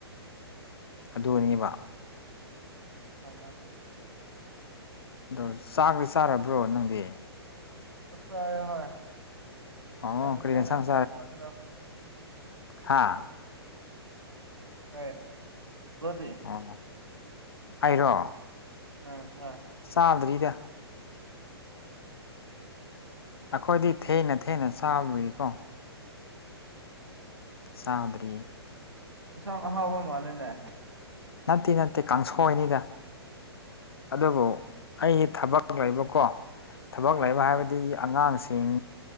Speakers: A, on the left (about 65°); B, on the right (about 80°).
A: ꯑꯗꯨꯅꯤꯕ
B: ꯍ ꯃꯥꯅꯦ ꯃꯥꯅꯦ
A: ꯑꯗꯣ ꯆꯥꯛꯗꯤ ꯆꯥꯔꯕ꯭ꯔꯣ ꯅꯪꯗꯤ
B: <unintelligible>
A: ꯑꯣ ꯀꯔꯤ ꯌꯦꯟꯁꯥꯡ ꯍꯥꯥ
B: ꯇꯥꯏꯌꯦ ꯕ꯭ꯔꯣꯗꯤ
A: ꯑꯣ ꯑꯩꯔꯣ
B: ꯎꯝ ꯍꫭꯏ
A: ꯆꯥꯗ꯭ꯔꯤꯗ ꯑꯩꯈꯣꯏꯗꯤ ꯊꯦꯡꯅ ꯊꯦꯡꯅ ꯆꯥꯕꯒꯤꯀꯣ ꯆꯥꯗ꯭ꯔꯤ
B: ꯌꯦꯟꯁꯥꯡ ꯑꯍꯥꯎꯕ ꯃꯥꯜꯂꯦꯅꯦ
A: ꯅꯠꯇꯦ ꯅꯠꯇꯦ ꯀꯥꯡꯁꯣꯏꯅꯤꯗ ꯑꯗꯨꯕꯨ
B: ꯎꯝ
A: ꯑꯩꯒꯤ ꯊꯕꯛ ꯂꯩꯕꯀꯣ ꯊꯕꯛ
B: ꯎꯝ
A: ꯂꯩꯕ
B: ꯍꯣꯏ
A: ꯍꯥꯏꯕꯗꯤ ꯑꯉꯥꯡꯁꯤꯡ